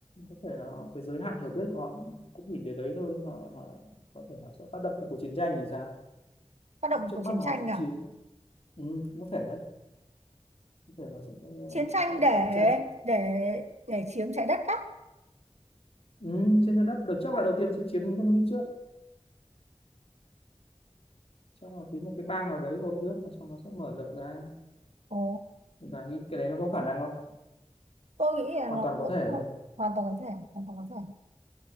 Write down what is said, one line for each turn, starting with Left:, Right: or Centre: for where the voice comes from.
Left: có thể là họ, cái giới hạn hiểu biết của họ cũng chỉ đến đấy thôi họ họ có thể họ sẽ phát động cuộc chiến tranh thì sao
Right: tác động
Left: trước
Right: của
Left: mắt
Right: chiến
Left: là
Right: tranh
Left: họ sẽ
Right: à
Left: chiếm ừ, có thể đấy có thể là sẽ ờ,
Right: chiến tranh
Left: phát
Right: để
Left: động chiến tranh
Right: để để chiếm trái đất á
Left: ừ, trên trái đất được chắc là đầu tiên sẽ chiếm nước Mỹ trước chắc là chiếm một cái bang nào đấy thôi trước xong nó sẽ mở rộng ra
Right: ồ
Left: và nghĩ cái đấy nó có khả năng không
Right: tôi nghĩ là
Left: hoàn toàn có
Right: vẫn
Left: thể
Right: ho-
Left: đúng không?
Right: hoàn toàn có thể hoàn toàn có thể